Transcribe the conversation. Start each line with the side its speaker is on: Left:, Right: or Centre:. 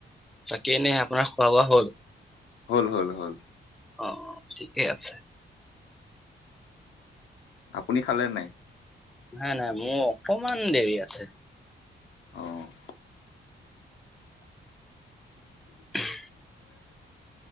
Centre: তাকে এনে আপোনাৰ খোৱা, বোৱা হ'ল?
Left: হ'ল, হ'ল, হ'ল।
Centre: অ, ঠিকেই আছে।
Left: আপুনি খালে নাই?
Centre: নাই, নাই মোৰ অকমান দেৰি আছে।
Left: অ <unintelligible>
Centre: <unintelligible>